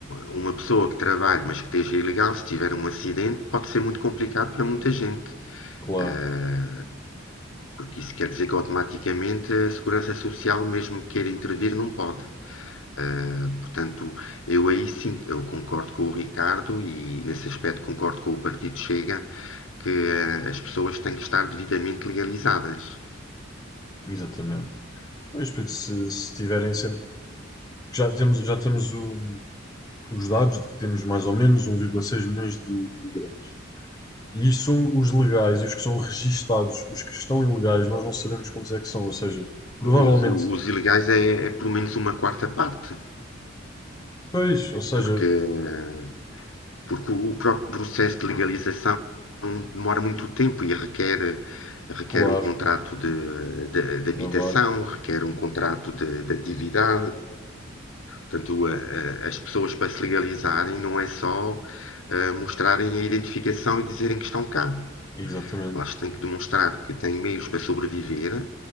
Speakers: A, on the left; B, on the left.
A: uma pessoa que trabalhe, mas que esteja ilegal, se tiver um acidente, pode ser muito complicado para muita gente.
B: claro.
A: Ah, porque isso quer dizer que automaticamente a Segurança Social, mesmo que queira intervir, não pode. Uh, portanto, eu aí sim, eu concordo com o Ricardo e nesse aspecto concordo com o Partido Chega que uh, as pessoas têm que estar devidamente legalizadas.
B: Exatamente. Pois, porque se, se tiverem sempre Já temos, já temos o- os dados de que temos mais ou menos 1,6 milhões de imigrantes. E isto são os legais e os que são registados. Os que estão ilegais, nós não sabemos quantos é que são. Ou seja, provavelmente.
A: Os, os ilegais é, é, pelo menos uma quarta parte,
B: Pois, ou seja,
A: porque uh, porque o próprio processo de legalização demora muito tempo e requer, requer
B: claro,
A: um contrato de, de, de habitação,
B: trabalho.
A: requer
B: ex-
A: um contrato de, de atividade. Portanto, a, a, as pessoas para se legalizarem não é só a, mostrarem a identificação e dizerem que estão cá.
B: Exatamente,
A: Elas têm que demonstrar que têm meios para sobreviver,